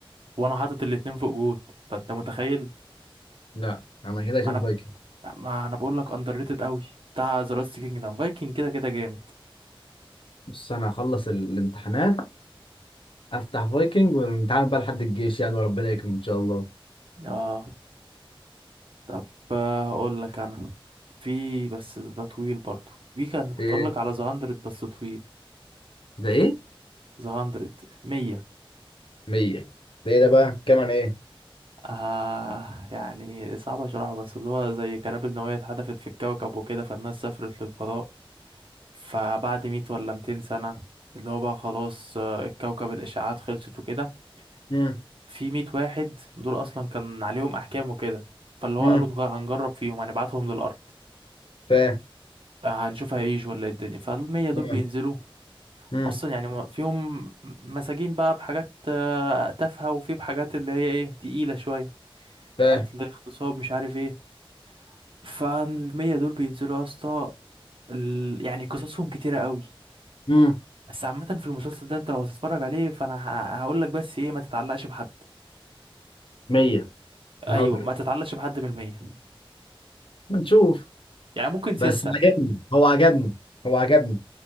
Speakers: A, on the right; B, on the left.
A: وانا حاطط الاتنين فوق جود فانت متخيل
B: لا انا كده
A: ما
B: اشوف
A: انا
B: فايكنج
A: لا ما انا بقول لك اندر ريتد قوي بتاع ذا لاست كينجدم فايكنج كده كده جامد
B: بص انا هخلص ال- الامتحانات افتح فايكنج ونتعامل بقى لحد الجيش يعني وربنا يكرم ان شاء الله
A: اه طب آه، اقول لك انا في بس ده طويل برضو في كان كنت
B: ايه
A: اقول لك على ذا 100 بس طويل
B: ده ايه
A: ذا 100 100
B: 100 ده ايه ده بقى كام عن ايه
A: آه يعني صعب اشرحه بس اللي هو زي قنابل نووية اتحدفت في الكوكب وكده فالناس سافرت للفضاء فبعد 100 ولا 200 سنة اللي هو بقى خلاص آه، الكوكب الاشعاعات خلصت وكده
B: ها
A: في 100 واحد دول اصلا كان عليهم احكام وكده فاللي هو
B: امم
A: قالوا نج- هنجرب فيهم هنبعتهم للارض
B: فاهم
A: آه، هنشوف هيعيش ولا إيه الدنيا فالمية دول
B: امم
A: بينزلوا
B: امم
A: هم اصلا يعني هم- فيهم مساجين بقى بحاجات آه، تافهة وفي بحاجات اللي هي ايه تقيلة شوية
B: فاهم
A: قتل اغتصاب مش عارف ايه فالمية دول بينزلوا يا اسطى ال- يعني قصصهم كتيرة قوي
B: امم
A: بس عامة في المسلسل ده انت لو هتتفرج عليه فانا هقول لك بس ايه ما تتعلقش بحد
B: 100
A: ايوه
B: ال100
A: ما تتعلقش بحد من المية
B: نشوف
A: يعني ممكن ستة
B: بس عجبني هو عجبني هو عجبني